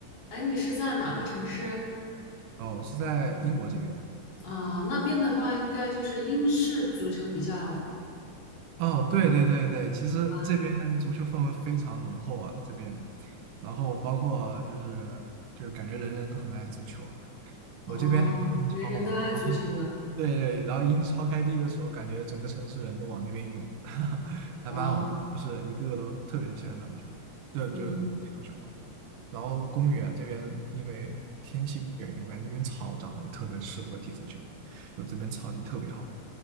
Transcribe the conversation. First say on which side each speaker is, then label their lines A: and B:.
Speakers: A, on the left (about 70°); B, on the right (about 85°).
A: 哎，你是在哪个城市？
B: 哦，我是在英国这边。
A: 啊、那边的话，应该就是英式足球比较。
B: 哦，对对对对，其实这边足球氛围非常浓厚啊，
A: 吧。
B: 这边，然后包括就是就是感觉人人都很爱足球。我这边还有英超嘛，
A: 哦，人人都爱足球啊，
B: 然后对对，然后英超开踢的时候，感觉整个城市人都往那边涌，还蛮好的，
A: 哇，
B: 就是一个个都特别喜欢打篮球，对，
A: 嗯
B: 就踢足球嘛。然后公园这边因为天气原因，我感觉这边草长得也特别适合踢足球，就这边草地特别好，